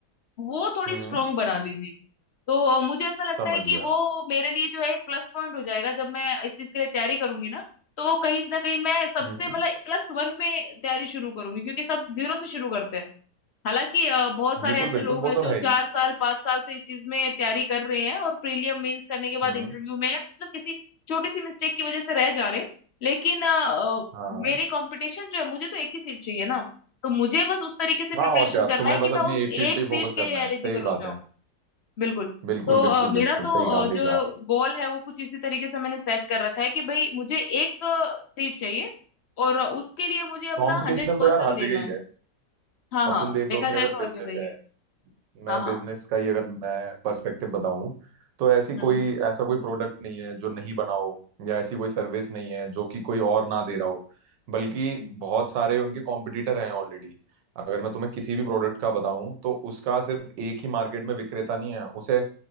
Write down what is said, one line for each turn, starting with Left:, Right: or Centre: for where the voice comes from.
Left: वो थोड़ी
Right: हम्म
Left: स्ट्रांग बना ली थी तो अ, मुझे ऐसा लगता
Right: समझ
Left: है कि
Right: गया
Left: वो मेरे लिए जो है एक प्लस पॉइंट हो जाएगा जब मैं इस चीज के लिए तैयारी करूंगी ना तो कहीं ना कहीं मैं सबसे
Right: हम्म
Left: मतलब प्लस वन में तैयारी शुरू करूंगी क्योंकि सब जीरो से शुरू करते हैं हालांकि अ, बहुत सारे
Right: बिल्कुल
Left: ऐसे
Right: बिल्कुल
Left: लोग
Right: वो
Left: हैं
Right: तो
Left: जो
Right: है ही
Left: चार साल पांच साल से इस चीज में तैयारी कर रहे हैं और प्रीलियम मेंस करने के
Right: हम्म
Left: बाद इंटरव्यू में मतलब किसी छोटी सी मिस्टेक की वजह से रह जा रहे हैं। लेकिन अ, अ,
Right: हाँ हाँ
Left: मेरी कंपटीशन जो है मुझे तो एक ही सीट चाहिए ना तो मुझे बस उस तरीके से प्रिपरेशन
Right: हाँ, और क्या
Left: करना
Right: तुम्हें
Left: है
Right: बस
Left: कि मैं
Right: अपनी
Left: उस
Right: एक सीट
Left: एक
Right: पे ही
Left: सीट
Right: फोकस
Left: के
Right: करना
Left: लिए एलिजिबल
Right: है सही बात
Left: हो जाऊं
Right: है
Left: बिल्कुल
Right: बिल्कुल
Left: तो
Right: बिल्कुल
Left: अ, मेरा
Right: बिल्कुल
Left: तो
Right: सही कहा
Left: अ, जो
Right: सही कहा
Left: गोल है वो कुछ इसी तरीके से मैंने सेट कर रखा है कि भाई मुझे एक सीट चाहिए और उसके लिए मुझे अपना
Right: कंपटीशन
Left: हंड्रेड परसेंट
Right: तो यार हर
Left: देना
Right: जगह
Left: है
Right: ही है
Left: हाँ
Right: अब
Left: हाँ
Right: तुम देख
Left: देखा
Right: लो कि
Left: जाए
Right: अगर
Left: तो
Right: बिजनेस
Left: हर जगह ही
Right: है
Left: है
Right: मैं
Left: हाँ हाँ
Right: बिजनेस का ही अगर मैं पर्सपेक्टिव बताऊं तो ऐसी कोई
Left: हम्म
Right: ऐसा कोई प्रोडक्ट नहीं है जो नहीं बना हो या ऐसी कोई सर्विस नहीं है जो कि कोई और ना दे रहा हो बल्कि
Left: हम्म,
Right: बहुत सारे उनके कॉम्पिटिटर हैं ऑलरेडी अगर मैं तुम्हें किसी भी प्रोडक्ट का बताऊं तो उसका सिर्फ एक ही मार्केट में विक्रेता नहीं है उसे